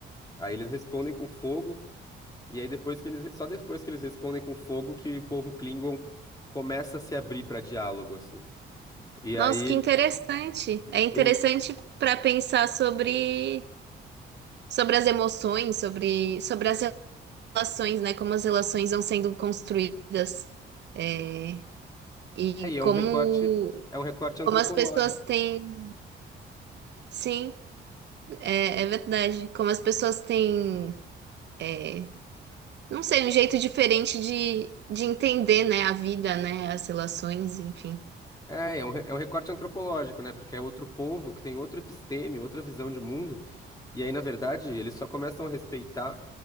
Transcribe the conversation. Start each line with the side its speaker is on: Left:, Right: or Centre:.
Left: Aí eles respondem com fogo, e aí depois que eles, só depois que eles respondem com fogo que o povo Klingon começa a se abrir pra diálogo, assim. E aí,
Right: Nossa, que interessante. É interessante
Left: eles,
Right: para pensar sobre, sobre as emoções, sobre, sobre as relações, né? Como as relações vão sendo construídas. É, e
Left: é, e é
Right: como,
Left: um recorte, é um recorte antropológico.
Right: como as pessoas têm. Sim, é, é verdade. Como as pessoas têm. é, não sei, um jeito diferente de, de entender, né, a vida, né, as relações, enfim.
Left: É, é um, re- é um recorte antropológico, né? Porque é outro povo que tem outro episteme, outra visão de mundo. E aí, na verdade, eles só começam a respeitar